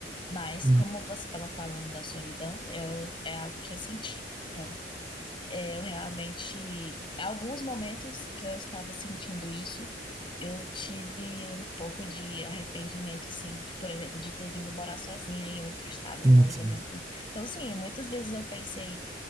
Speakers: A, on the left; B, on the right.
A: Mas,
B: Hum,
A: como você estava falando da solidão, eu, é algo que eu senti. Então eu realmente, alguns momentos que eu estava sentindo isso, eu tive um pouco de arrependimento, sim, de, por exemplo, de ter vindo morar sozinha em outro estado, longe
B: Sim, sim.
A: da minha família. Então, sim, muitas vezes eu pensei,